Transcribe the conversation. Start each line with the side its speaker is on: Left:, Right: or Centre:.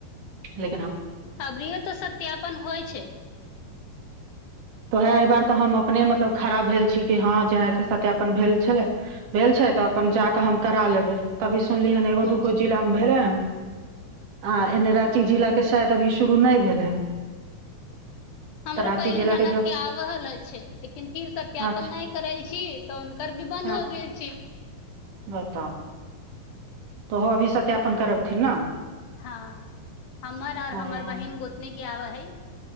Right: ह <unintelligible>
Left: अबरियौ तऽ सत्यापन होइ छै
Right: तऽ ओएह एहि बार तऽ हम अपने मतलब खड़ा भेल छी कि हँ जेनाहिंते सत्यापन भेल छलै भेल छै तऽ अपन जााकऽ हम करा लेबै त भी- सुनली हन एगो
Left: हँ
Right: दुूगो जिल भेलै हन आ एने राति जिला के शायद अभी शुरू नहि भेलै हन
Left: हमरो
Right: तऽ राँची
Left: पहिले
Right: जिलाके
Left: ननद
Right: जो
Left: के आब ह रहल छै लेकिन फिर सत्यापन
Right: अच्छा
Left: नहि करै छी तऽ हुनकर भी बन्द
Right: हँ
Left: हो गेल छी
Right: बताउ त ओहो अभी सत्यापन करबथिन न
Left: हँ हमर और
Right: हँ
Left: हमर बहिन गोतनी के आब हइ